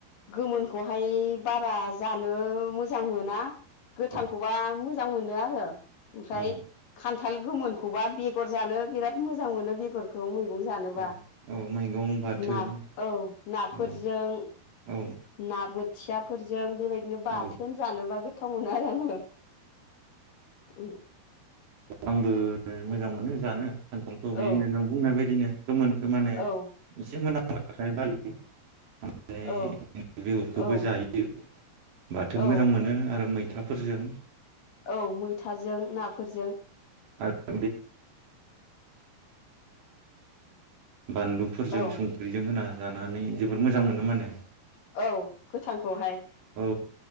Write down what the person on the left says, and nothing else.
गोमोनखौहाय बारा जानो मोजां मोना गोथांखौबा
मोजां मोनो आरो ओमफ्राय
खान्थाल गोमोनखौबा बेगर जानो बिराद मोजां मोनो बेगरखौ मैगं जानोबा
ना औ नाफोरजों
ना <unintelligible> थियाफोरजों बेबायदिनो
बाथोन जानोबा गोथाव मोनो आरो आङो औ
औ
औ
औ औ
औ
औ मैथाजों ना फोरजों
औ
औ गोथांखौहाय